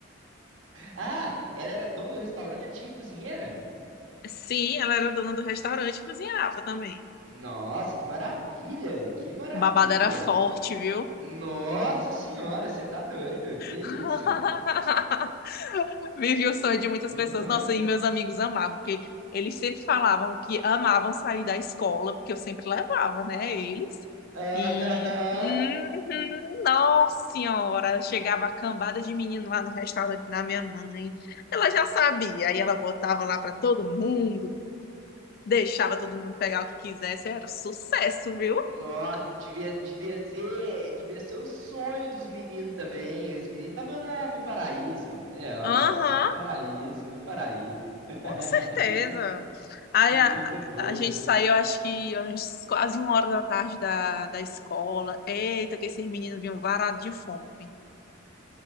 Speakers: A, on the right (about 75°); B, on the left (about 50°).
A: Ah, ela era dona do restaurante e cozinheira?
B: Sim, ela era dona do restaurante e cozinhava também.
A: Nossa, que maravilha! Que maravilha!
B: Babada era forte, viu?
A: Nossa senhora, você tá doido? Que delícia!
B: <laughs>
A: velho.
B: Vivi o sonho
A: <laughs>
B: de muitas
A: Bom
B: pessoas.
A: demais.
B: Nossa, e meus amigos amavam, porque eles sempre falavam que amavam sair da escola, porque eu sempre levava, né, eles.
A: Aham.
B: E, uhum, nossa senhora, chegava a cambada de menino lá no restaurante da minha mãe. Ela já sabia, aí ela botava lá para todo mundo. deixava todo mundo pegar o que quisesse, era sucesso, viu?
A: Nossa, devia, devia ser, devia ser o sonho dos meninos também. Os meninos estavam no paraíso. É, ó,
B: Aham,
A: é, no paraíso, no paraíso. <laughs>
B: com certeza. Aí
A: Que
B: a,
A: coisa boa,
B: a gente saiu, acho que umas- quase uma hora da tarde da, da escola. Eita, que esses meninos vinham varados de fome.